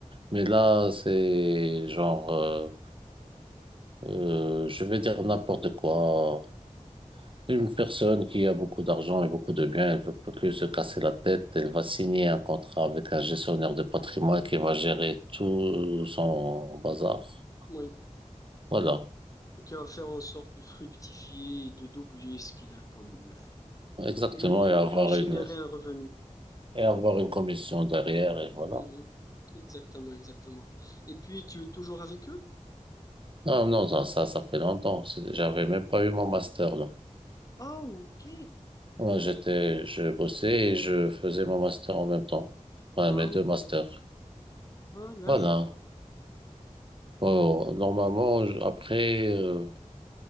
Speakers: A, on the right; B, on the left.
A: Mais là, c'est genre, euh, euh, je vais dire n'importe quoi. Une personne qui a beaucoup d'argent et beaucoup de biens, elle veut pas que se casser la tête, elle va signer un contrat avec un gestionnaire de patrimoine qui va gérer tout son bazar.
B: Oui.
A: Voilà.
B: Et qui va faire en sorte de fructifier et de doubler ce qu'il a comme... euh,
A: Exactement.
B: lui,
A: Et
B: lui,
A: avoir
B: lui générer
A: une,
B: un revenu.
A: et avoir une commission derrière et voilà.
B: Mhm. Exactement, exactement. Et puis, tu es toujours avec eux?
A: Non, non, ça, ça, ça fait longtemps. C'est- J'avais même pas eu mon master là.
B: Ah, ok.
A: Moi, j'étais, je bossais et je faisais mon master en même temps. Enfin,
B: Ah,
A: mes deux
B: ok.
A: masters.
B: Ah, là,
A: Voilà.
B: je vois.
A: Oh, normalement, je- après, euh,